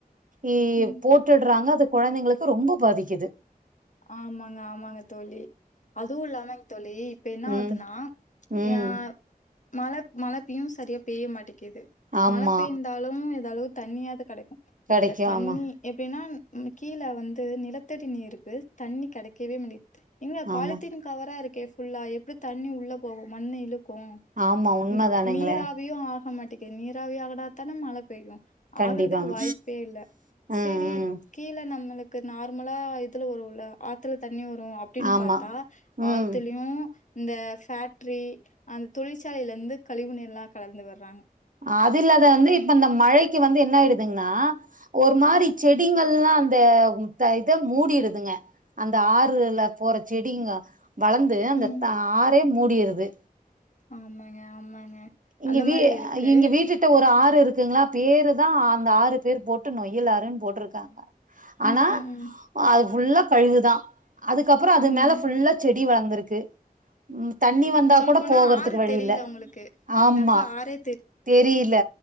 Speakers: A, on the right; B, on the left.
A: இ
B: ம்
A: போட்டுடறாங்க அது குழந்தைங்களுக்கு ரொம்ப பாதிக்குது
B: ஆமாங்க ஆமாங்க தோழி அதுவு இல்லாமங்க தோழி இப்ப என்ன
A: ம்
B: ஆதுனா
A: ம்
B: ஆ மழை மழை பெயு சரியா பெய்ய மாட்டி க்கிது
A: ஆமா
B: மழை பெய்ந்தாலும் எதளவுக்கு தண்ணியாவது கிடை
A: கிடைக்கும்
B: இப்ப தண்ணி
A: ஆமா
B: எப்டின்னா ம் கீழ வந்து நிலத்தடி நீருக்கு தண்ணி கிடைக்கவே முடி இங்க பாலித்தீன்
A: ஆமா
B: கவரா இரு கே ஃபுல்லா எப்படி தண்ணி உள்ள போகு மண் இழுக் கு
A: ஆமா உண்மைதானுங்களே
B: நீ நீராவியு ஆக மாட் டிக்கு நீராவி ஆனாத்தான மழை பெய்யு
A: கண்டிப்பாங்க
B: ஆகுறதுக்கு வாய்ப்பே இல்ல
A: ம்
B: சேரி
A: ம்
B: கீழ நம்மளுக் கு நார்மலா இதுல வருல்ல ஆத்துல தண் ணி வரு அப்படின்னு
A: ஆமா
B: பாத்தா
A: ம்
B: ஆத்துலயு இந்த ஃபேக்ட்ரி அந்த தொழிற்சாலையிலந்து கழிவு நிரெல்லா கலந்து விடறாங்க
A: அது இல்லாத வந்து இப்ப இந்த மழை க்கு வந்து என்ன ஆயிடுதுங்கன்னா ஒரு மாரி செடிங்கள்ல்லா அந்த இத மூடிடுதுங்க அந்த ஆறுல போற செடிங்க வளர்ந்து அந்த
B: ம்
A: ஆறே மூடியிறது
B: ஆமாங்க ஆமாங்க
A: இங்க
B: அந்த
A: வீ
B: மாரி இருக்கு
A: இங்க வீட்ட்ட ஒரு ஒரு ஆறு இருக்குங்களா பேருதா அந்த ஆறு பேர் போட்டு நொய்யலாருன்னு போட்டிருக்காங்க ஆனா
B: ம் ம் ம்
A: அது ஃபுல்லா கழிவுதா அதுக்கப்புறோ அது
B: ம்
A: மேல ஃபுல்லா செடி செடி வளர்ந்திருக்கு தண்ணி வந்தா
B: சொல்லப்போனா
A: கூட போகறதுக்கு
B: ஆறு
A: வழி
B: தெரியல
A: இல்ல
B: உங்களுக்கு அந்த
A: ஆமா
B: எடத்துல ஆறே
A: தெரியல